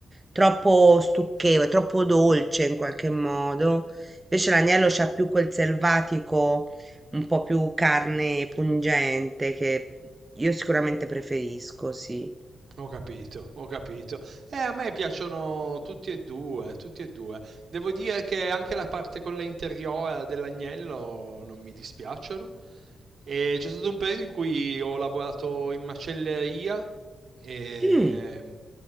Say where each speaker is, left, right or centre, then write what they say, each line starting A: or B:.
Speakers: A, on the right; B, on the right.
A: troppo stucchevole, troppo dolce in qualche modo. Invece l'agnello c'ha più quel selvatico, un po' più carne pungente che io sicuramente preferisco, sì.
B: Ho capito, ho capito. Eh, a me piacciono tutti e due, tutti e due. Devo dire che anche la parte con le interiora dell'agnello non mi dispiacciono. E c'è stato un periodo in cui ho lavorato in macelleria e,
A: Mm,